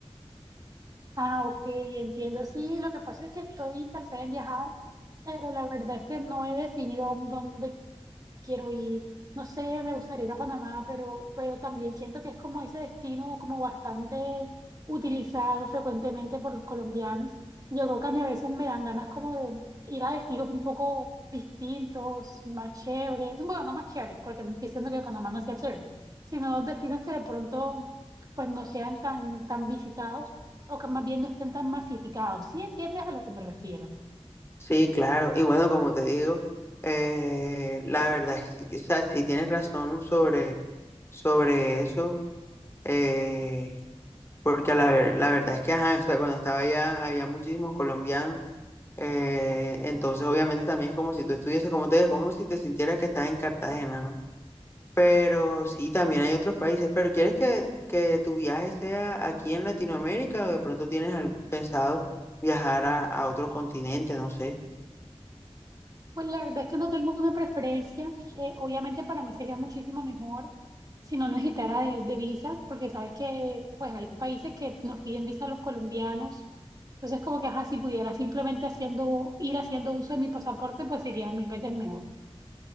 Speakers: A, on the right; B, on the left.
A: Ah, ok, entiendo. Sí, lo que pasa es que estoy interesada en viajar, pero la verdad es que no he definido aún dónde quiero ir, no sé, me gustaría ir a Panamá, pero, pero también siento que es como ese destino como bastante utilizado frecuentemente por los colombianos. Yo creo que a mí a veces me dan ganas como de ir a destinos un poco distintos, más chéveres, bueno, no más chéveres, porque no estoy diciendo que Panamá no sea chévere, sino destinos que de pronto pues no sean tan, tan visitados o que más bien no estén tan masificados. ¿Sí entiendes a lo que me refiero?
B: Sí, claro. Y bueno, como te digo, eh, la verdad es que, o sea, sí tienes razón sobre, sobre eso, eh, porque a la, ver- la verdad es que, ajá, o sea, cuando estaba allá había muchísimos colombianos, eh, entonces obviamente también es como si tú estuvieses, como te digo, como si te sintieras que estás en Cartagena, ¿no? Pero sí, también hay otros países, pero ¿quieres que, que tu viaje sea aquí en Latinoamérica o de pronto tienes al- pensado viajar a, a otro continente, no sé?
A: Pues la verdad es que no tengo una preferencia. Eh, obviamente para mí sería muchísimo mejor si no necesitara de, de visa, porque sabes que pues hay países que nos piden visa a los colombianos. Entonces como que ajá, si pudiera simplemente haciendo, ir haciendo uso de mi pasaporte, pues sería mil veces mejor.